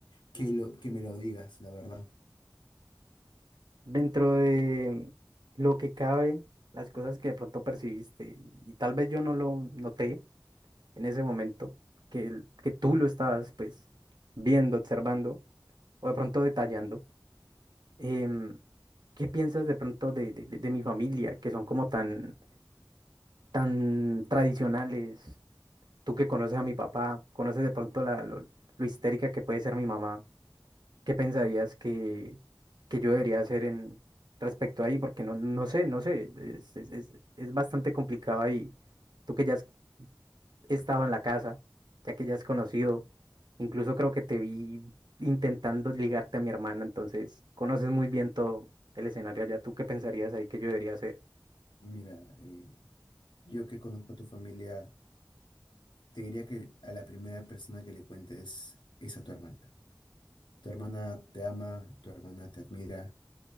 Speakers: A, on the left (about 85°); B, on the right (about 65°).
A: que, lo, que me lo digas, la verdad.
B: Dentro de lo que cabe, las cosas que de pronto percibiste y tal vez yo no lo noté en ese momento, que, el- que tú lo estabas pues viendo, observando o de pronto detallando. em, ¿qué piensas de pronto de, de- de- de mi familia, que son como tan, tan tradicionales? Tú que conoces a mi papá, conoces de pronto la, lo, lo histérica que puede ser mi mamá. ¿Qué pensarías que, que yo debería hacer en respecto ahí? Porque no, no sé, no sé, es, es, es- es bastante complicado ahí. Tú que ya has estado en la casa, ya que ya has conocido, incluso creo que te vi intentando ligarte a mi hermana, entonces conoces muy bien todo el escenario allá. ¿Tú qué pensarías ahí que yo debería hacer?
A: Mira, eh, yo que conozco a tu familia, te diría que a la primera persona que le cuentes es a tu hermana. Tu hermana te ama, tu hermana te admira,